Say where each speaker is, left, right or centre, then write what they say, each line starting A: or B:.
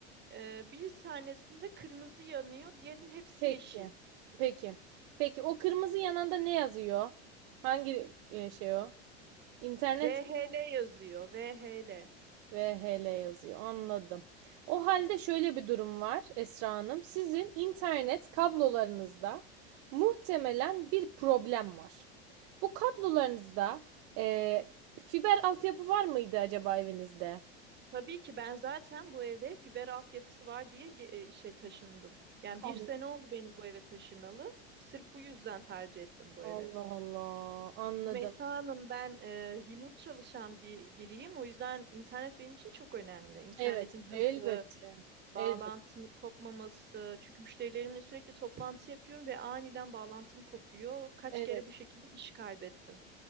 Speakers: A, on the right; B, on the right.
A: e, bir tanesinde kırmızı yanıyor diğerinin hepsi
B: Peki.
A: yeşil.
B: Peki. Peki o kırmızı yananda ne yazıyor? Hangi e, şey o? İnternet
A: VHL yazıyor VHL.
B: VHL yazıyor. Anladım. O halde şöyle bir durum var Esra Hanım. Sizin internet kablolarınızda muhtemelen bir problem var. Bu kablolarınızda eee, fiber altyapı var mıydı acaba evinizde?
A: Tabii ki ben zaten bu eve fiber altyapısı var diye ge- e, şey taşındım. Yani
B: Allah
A: bir sene oldu benim bu eve taşınalı. Sırf bu yüzden tercih ettim bu
B: Allah
A: evi.
B: Allah. Anladım.
A: Rümeysa Hanım ben e, remote çalışan bir biriyim. O yüzden internet benim için çok önemli. İnternetin
B: Evet,
A: hızlı,
B: elbette.
A: bağlantının
B: Elbette.
A: kopmaması. Çünkü müşterilerimle sürekli toplantı yapıyorum ve aniden bağlantım kopuyor. Kaç
B: Evet.
A: kere bu şekilde iş kaybettim.